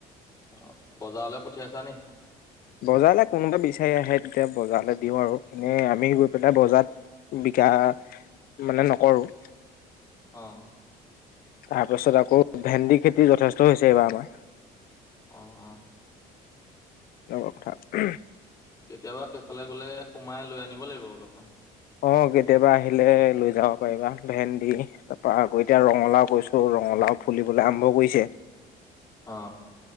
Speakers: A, on the left; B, on the left.
A: অ', বজাৰলৈ পঠিয়াইছা নি?
B: বজাৰলৈ কোনোবা বিচাৰি আহে তেতিয়া বজাৰলৈ দিওঁ আৰু এনেই আমি গৈ পেলাই বজাৰত বিকা মানে নকৰোঁ।
A: অ',
B: তাৰপাছত আকৌ ভেন্দি খেতি যথেষ্ট হৈছে এইবাৰ আমাৰ।
A: অ', -অ ',
B: লগবৰ কথা
A: কেতিয়াবা সেইফালে গ'লে সোমাই লৈ আনিব লাগিব অলপমান
B: অঁ কেতিয়াবা আহিলে লৈ যাব পাৰিবা ভেন্দি তাৰ পৰা আকৌ এতিয়া ৰঙালাও কৰিছোঁ ৰঙালাও ফুলিবলৈ আৰম্ভ কৰিছে
A: অ